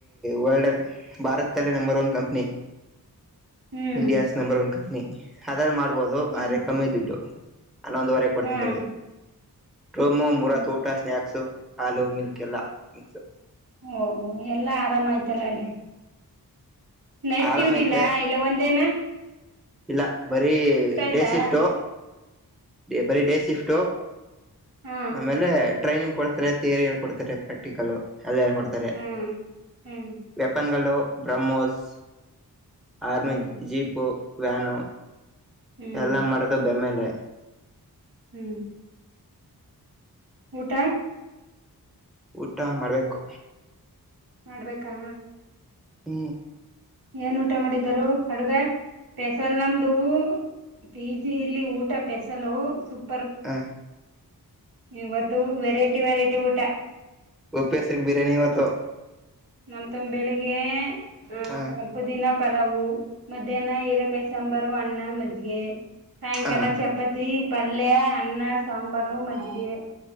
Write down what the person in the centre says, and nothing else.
ವರ್ಲ್ಡ್ ಅಲ್ಲಿ ಭಾರತ ಅಲ್ಲೇ ನಂಬರ್ ಒನ್ ಕಂಪ್ನಿ
ಇಂಡಿಯಾಸ್ ನಂಬರ್ ಒನ್ ಕಂಪ್ನಿ ಅದಲ್ಲ ಮಾಡ್ಬೋದು
ಆ ರೆಕ್ಕಮ್ಮೇ ದುಡ್ಡು ನನ್ನೊಂದುವರೆಗೆ ಕೊಡ್ತೀನಂತ
ಹೇಳಿದರು ಟೋಮೋ
ಮೂರ ತ ಊಟ ಸ್ನಾಯಕ್ಸ್ ಆಲೂ ಮಿಲ್ಕ್ ಎಲ್ಲ ಮಿಕ್ಸ್
ಆರಾಮ
ಐತೆ
ಇಲ್ಲ ಬರೀ
ಡೇ ಶಿಫ್ಟ್ಟು ಬರೀ ಡೇ ಶಿಫ್ಟು
ಆಮೇಲೆ ಟ್ರೈನಿಂಗ್ ಕೊಡ್ತಾರೆ ತಿಯರಿ ಎಲ್ಲಿ ಕೊಡ್ತಾರೆ ಪ್ರಾಕ್ಟಿಕಲ್ಲ ಅಲ್ಲಲ್ಲ ಕೊಡ್ತಾರೆ
ವೆಪನ್ ಗಳು ಬ್ರಮೋಸ್ ಆರ್ಮಿ
ಜೀಪು ವ್ಯಾಾನ
ಎಲ್ಲ ಮಾಡೋದು ಬೆಮ್ಮೇಲೆ
ಊಟ ಮಾಡ್ಬೇಕು
ಹ
ಹ್ಮ
ಉಪಸ್ರ ಬಿರಯಾನಿ ಮತ್ತು
ಹ
ಹ